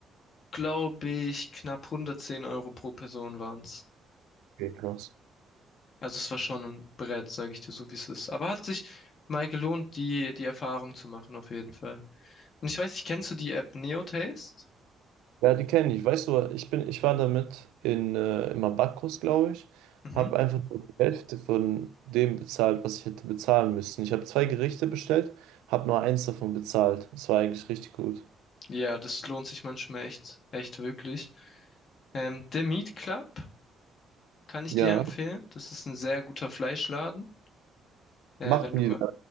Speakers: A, on the left; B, on the right.
A: glaube ich, knapp 110 Euro pro Person waren's.
B: Okay, krass.
A: Also es war schon ein Brett, sage ich dir so, wie es ist. Aber hat sich mal gelohnt, die, die Erfahrung zu machen, auf jeden Fall. Und ich weiß nicht, kennst du die App NeoTaste?
B: Ja, die kenne ich. Weißt du, ich bin, ich war damit in, äh, im Abacus, glaube ich,
A: Mhm.
B: habe einfach nur die Hälfte von dem bezahlt, was ich hätte bezahlen müssen. Ich habe zwei Gerichte bestellt, habe nur eins davon bezahlt. Das war eigentlich richtig gut.
A: Ja, das lohnt sich manchmal echt, echt wirklich. Ähm, The Meat Club kann ich
B: Ja,
A: dir empfehlen. Das ist ein sehr guter Fleischladen. Äh,
B: machten
A: wenn du
B: die
A: mal,